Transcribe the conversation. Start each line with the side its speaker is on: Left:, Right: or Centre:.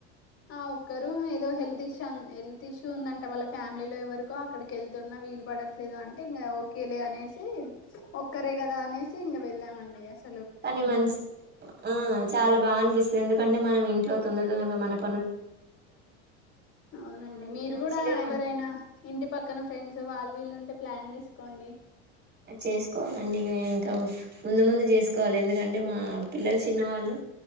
Left: ఆ ఒక్కరు ఏదో హెల్త్ ఇష్యన్ హెల్త్ ఇష్యూ ఉందంట వాళ్ళ ఫ్యామిలీలో ఎవరికో, అక్కడికెళ్తున్నా వీలు పడట్లేదు అంటే ఇంకా ఓకేలే అనేసి. ఒక్కరే కదా అనేసి, ఇంగ వెళ్ళాం. మండి అస్
Right: కనీ మంచి, ఆ చాలా బాగా అనిపిస్తది ఎందుకంటే మనం ఇంట్లో తొందర తొందరగా మనమ్.
Left: అవునండి,
Right: ఆ
Left: మీరు
Right: మంచిగా
Left: కూడా ఎవరైనా ఇంటి పక్కన ఫ్రెండ్స్ సో వాళ్ళు, వీళ్ళు ఉంటే ప్లాన్ చేసుకోండి.
Right: అ చేసుకోవాలండి ఇగ, ఇంకా ముందు ముందు చేసుకోవాలి. ఎందుకంటే మా పిల్లలు చిన్నవాళ్ళు,